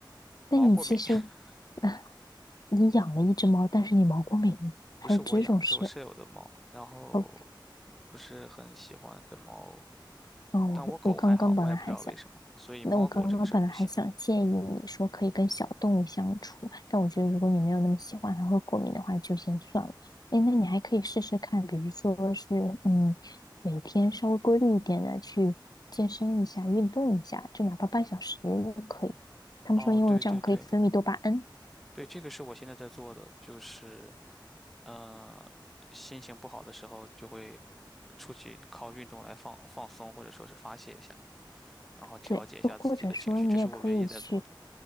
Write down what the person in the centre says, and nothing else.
毛过敏，<laughs>
不是我养的，
是我舍友的猫。然后
我不是很喜欢跟猫，
但我狗还好，
我也不知道为什么，所以猫狗这个事儿不行。
哦，对对对。对，这个是我现在在做的，就是呃，心情不好的时候就会出去靠运动来放放松，或者说是发泄一下嘛，然后调节一下自己的情绪，
这是我唯一在做的。